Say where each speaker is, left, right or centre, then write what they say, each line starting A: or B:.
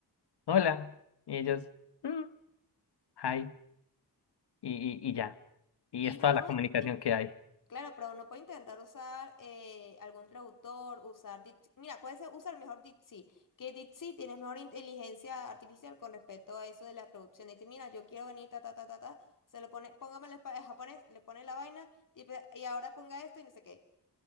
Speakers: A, on the left; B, on the left.
A: hola. Y ellos, "Mm, hi. Y, y, y ya. Y
B: Y
A: es toda
B: no podemos
A: la comunicación que hay.
B: Claro, pero uno puede intentar usar eh, algún traductor, usar Dipsy. Mira, puede ser usar mejor Dipsy, que Dipsy tiene mejor inteligencia artificial con respecto a eso de la traducción. Dice, mira, yo quiero venir, ta, ta, ta, ta, ta. Se lo pone, póngame en japonés, le pone la vaina y, pe- y ahora ponga esto y no sé qué.